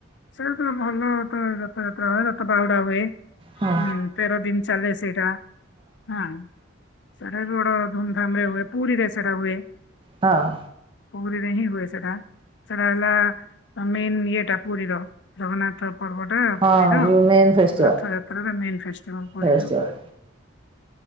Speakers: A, on the left; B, on the right.
A: ସେଟାତ ଭଲ ତ ରଥଯାତ୍ରା ହୁଏ ରଥ ବାହୁଡା ହୁଏ।
B: ହଁ
A: ହୁଁ ତେର ଦିନ ଚାଲେ ସେଇଟା। ହଁ ସେଟା ବି ବଡ ଧୁମଧାମରେ ହୁଏ ପୁରୀରେ ସେଟା ହୁଏ।
B: ହଁ।
A: ପୁରୀରେ ହିଁ ହୁଏ ସେଟା। ସେଟା ହେଲା ମେନ ଇଏଟା ପୁରୀର ଜଗନ୍ନାଥ ପର୍ବଟା
B: ହଁ
A: ପୁରୀର
B: ହଁ ମେନ୍ ଫେଷ୍ଟିଭାଲ
A: ରଥଯାତ୍ରାଟା ମେନ ଫେଷ୍ଟିଭାଲ ପୁରୀର।
B: ଫେଷ୍ଟିଭାଲ
A: <inaudible>